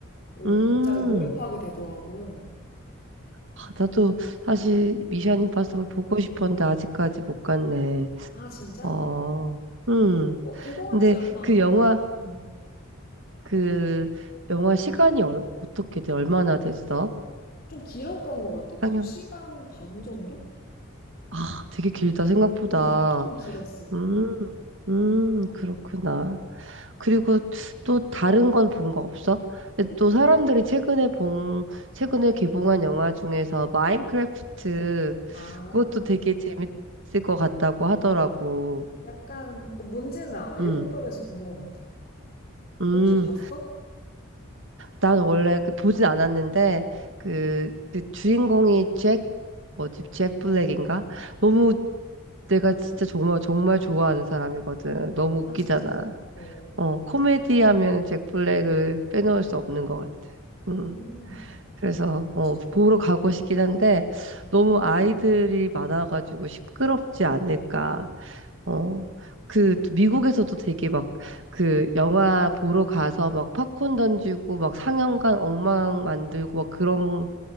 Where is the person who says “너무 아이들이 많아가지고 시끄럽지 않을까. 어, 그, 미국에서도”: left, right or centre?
Right